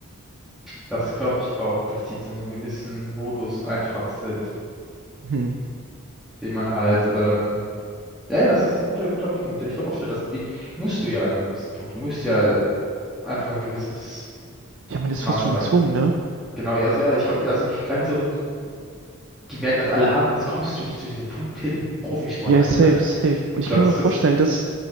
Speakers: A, in the centre; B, on the right (about 60°).
A: Das glaube ich auch, dass die in so einem gewissen Modus einfach sind,
B: Hm.
A: den man halt, ähm, ja, ja, das ist ein guter, guter Punkt. Ich glaube auch schon, dass die, musst du ja in einem gewissen Punkt, du musst ja einfach ein gewisses
B: Ja, man ist
A: Maß
B: fast schon
A: erreichen.
B: gezwungen, ne?
A: Genau, ja, also ja, ich glaube, also, ich habe mir so die werden das alle haben, sonst kommst du nicht zu diesem Punkt hin, Profisportler
B: Ja, safe,
A: zu sein.
B: safe. Und ich
A: Das
B: kann mir
A: ist
B: auch vorstellen,
A: das,
B: dass,